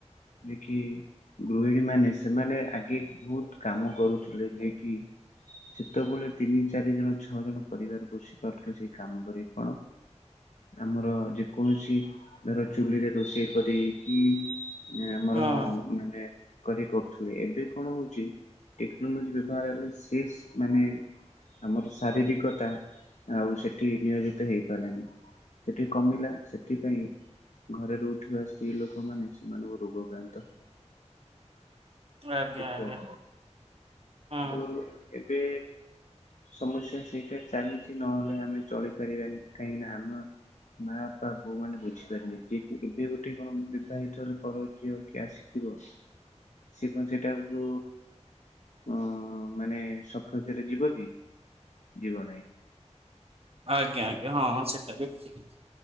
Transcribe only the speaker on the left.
ଯେ କିି ଗୃହିଣୀ ମାନେ ସେମାନେ ଆଗେ ବହୁତ କାମ କରୁଥିଲେ, ଯିଏ କିି ଯେତେବେଳେ ତିନି ଚାରି ଜଣ ଛଅ ଜଣ ପରିବାର ପୋସି ପାରୁଥିଲେ ସେଇ କାମ କରି କଣ ଆମର ଯେକୌଣସି ଧର ଚୁଲିରେ ରୋଷେଇ କରିିକି। ଆମର
ମାନେ କରି କରୁଥିଲେ ଏବେ କଣ ହଉଛି ଟେକ୍ନୋଲୋଜି ବ୍ୟବହାର ହେଲେ ସେସ୍ ମାନେ ଆମର ଶାରୀରିକତା ଆଉ ସେଠି ନିୟୋଜିତ ହେଇପାରିଲାନି। ସେଠି କମିଲା ସେଥିପାଇଁ ଘରେ ରହୁଥିବା ସ୍ତ୍ରୀ ଲୋକମାନେ ସେମାନଙ୍କୁ ରୋଗକ୍ରାନ୍ତ ହେଲେ।
ବୁଝିପାରିଲନି,
କିନ୍ତୁ ଏବେ ସମସ୍ୟା ସେଇଟା ଚାଲିଛି ନହେଲେ ଆମେ ଚଳିପାରିବାନି କାହିଁକି ନା ଆମ ମା ବାପା ବୋଉ ମାନ ବୁଝିପାରିବେ କି ଏବେ ଗୋଟେ କଣ ବିବାହିତ ହେଲେ ପର ଝିଅ କି ଆସିଥି ଥିବ‌ ସିଏ ହଁ, ସେଇଟାକୁ ଅ ମାନେ ସପକ୍ଷରେ ଯିବ କି? ଯିବନାହିଁ।